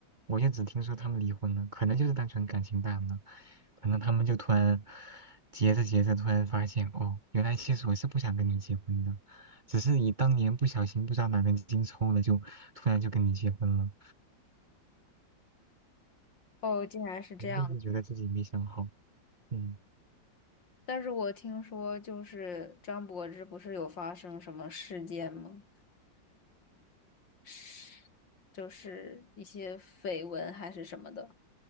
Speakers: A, on the right; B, on the left.
A: 我就只听说他们离婚了，可能就是单纯感情淡了，可能他们就突然结着结着，突然发现哦，原来其实我是不想跟你结婚的，只是你当年不小心不知道哪根筋抽了，就突然就跟你结婚了，
B: 哦，竟然是这样。
A: 可能就是觉得自己没想好。嗯，
B: 但是我听说就是张柏芝不是有发生什么事件吗？是，就是一些绯闻还是什么的。